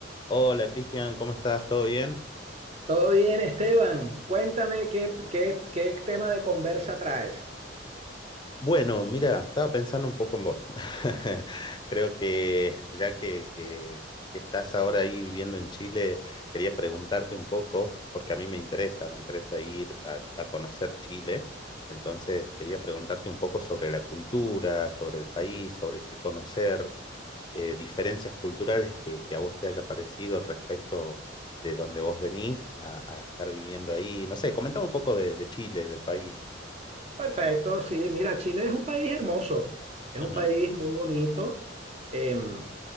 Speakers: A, on the left; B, on the right.
A: Hola Cristian, ¿cómo estás? ¿Todo bien?
B: Todo bien, Esteban. Cuéntame qué, qué, qué tema de conversa traes.
A: Bueno, mira, estaba pensando un poco en vos. <laughs> Creo que ya que, que- que estás ahora ahí viviendo en Chile, quería preguntarte un poco, porque a mí me interesa, me interesa ir a, a conocer Chile. Entonces, quería preguntarte un poco sobre la cultura, sobre el país, sobre qué conocer, eh, diferencias culturales que, que a vos te haya parecido respecto de donde vos venís a, a estar viviendo ahí. No sé, comentame un poco de, de Chile, del país.
B: Perfecto, sí. Mira, Chile es un país hermoso, es
A: Ujú,
B: un país muy bonito. em,